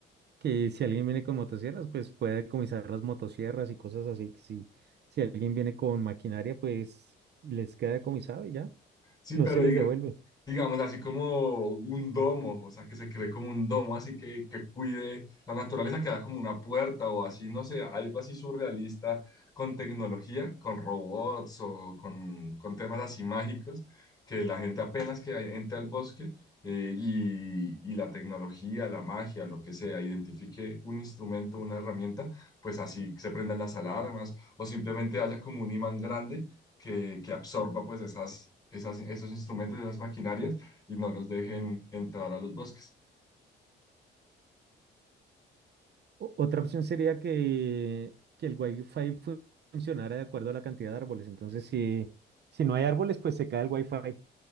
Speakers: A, on the right (about 55°); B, on the left (about 20°).
A: que si alguien viene con motosierras, pues pueda decomisar las motosierras y cosas así. Si, si alguien viene con maquinaria, pues les queda decomisado y ya,
B: Sí,
A: no
B: pero
A: se
B: diga-
A: les devuelve.
B: digamos, así como un domo, o sea, que se cree como un domo, así que, que cuide la naturaleza, que da como una puerta o así, no sé, algo así surrealista con tecnología, con robots o con, con temas así mágicos, que la gente apenas que entre al bosque eh, y, y la tecnología, la magia, lo que sea, identifique un instrumento, una herramienta, pues así se prendan las alarmas o simplemente haya como un imán grande que, que absorba pues esas, esas, esos instrumentos, esas maquinarias y no los dejen entrar a los bosques.
A: O- Otra opción sería que, que el Wi-Fi fu- funcionara de acuerdo a la cantidad de árboles. Entonces, si, si no hay árboles, pues se cae el Wi-Fi. Entonces